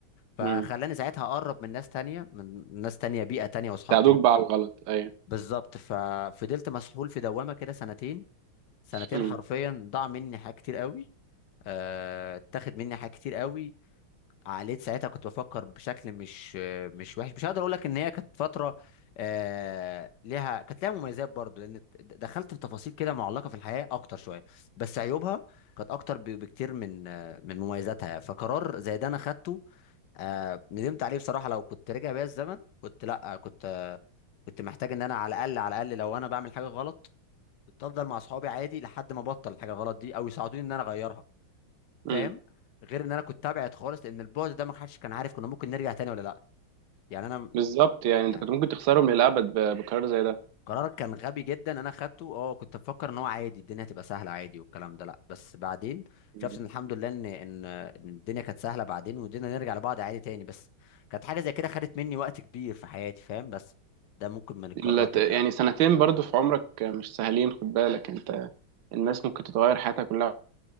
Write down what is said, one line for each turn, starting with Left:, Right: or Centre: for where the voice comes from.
Left: فخلاني
Right: امم
Left: ساعتها اقرب من ناس تانية من ناس تانية بيئه تانية واصحاب
Right: ساعدوك
Left: تاني
Right: بقى على الغلط ايوه
Left: بالظبط ففضلت مسحول في دوامه كده سنتين سنتين
Right: امم
Left: حرفيا ضاع مني حاجات كتير قوي آه، اتاخد مني حاجات كتير قوي عقليت ساعتها كنت بفكر بشكل مش آه، مش وحش مش هقدر اقول لك ان هي كانت فتره آه ليها كانت ليها مميزات برضو لان د- دخلت في تفاصيل كده معلقه في الحياه اكتر شويه بس عيوبها كانت اكتر ب- بكتير من آه، من مميزاتها فقرار زي ده انا خدته آه ندمت عليه بصراحه لو كنت رجع بيا الزمن كنت لا كنت آه، كنت محتاج ان انا على الاقل على الاقل لو انا بعمل حاجه غلط كنت افضل مع اصحابي عادي لحد ما ابطل الحاجه غلط دي او يساعدوني ان انا اغيرها فاهم
Right: امم
Left: غير ان انا كنت تابعت خالص لان البعد ده ما حدش كان عارف كنا ممكن نرجع تاني ولا لا يعني انا
Right: بالظبط يعني
Left: يعني
Right: انت كنت ممكن تخسرهم للابد ب- بقرار زي ده
Left: قرارك كان غبي جدا انا خدته اه كنت بفكر ان هو عادي الدنيا هتبقى سهله عادي والكلام ده لا بس بعدين
Right: مم.
Left: شفت ان الحمد لله ان ان إن الدنيا كانت سهله بعدين والدنيا نرجع لبعض عادي تاني بس كانت حاجه زي كده خدت مني وقت كبير في حياتي فاهم بس ده ممكن من القرارات
Right: الت- يعني
Left: اللي
Right: سنتين برضو في عمرك مش سهلين خد بالك انت الناس ممكن تتغير حياتها كلها